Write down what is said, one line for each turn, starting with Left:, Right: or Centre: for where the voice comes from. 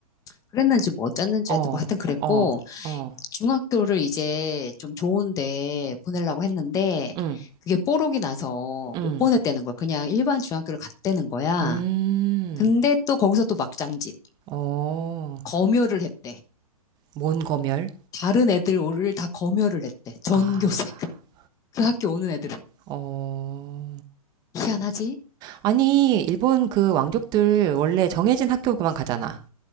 Left: 그랬는지 뭐 어쨌는지
Right: 어.
Left: 하여튼 뭐 하여튼 그랬고
Right: 어. 어.
Left: 중학교를 이제 좀 좋은데 보내려고 했는데
Right: 음.
Left: 그게 뽀록이 나서
Right: 음.
Left: 못 보냈다는 거야. 그냥 일반 중학교를 갔다는 거야.
Right: 음.
Left: 근데 또 거기서 또 막장짓.
Right: 어.
Left: 검열을 했대.
Right: 뭔 검열?
Left: 다른 애들 오를 다 검열을 했대. 전교생.
Right: 아.
Left: <laughs> 그 학교 오는 애들을.
Right: 어.
Left: 희한하지?
Right: 아니, 일본 그 왕족들 원래 정해진 학교만 가잖아.